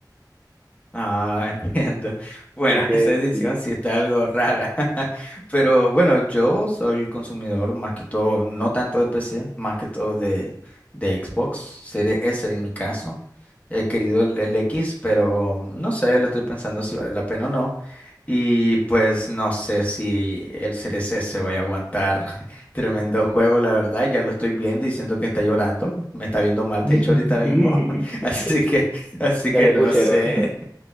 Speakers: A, on the left; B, in the centre.
A: Ah, <laughs> entiendo. Bueno,
B: Entonces,
A: esa decisión
B: sí.
A: sí está algo rara. <laughs> Pero bueno, yo soy consumidor más que todo, no tanto de PC, más que todo de, de Xbox, Series S en mi caso. He querido el el X, pero no sé, lo estoy pensando si vale la pena o no. Y pues no sé si el C CRC se va a aguantar. <laughs> Tremendo juego, la verdad. Ya lo estoy viendo y siento que está llorando. Me está viendo mal,
B: <laughs>
A: de hecho, ahorita mismo. <laughs> Así que, así que
B: Ya sé,
A: no
B: pucheros.
A: sé.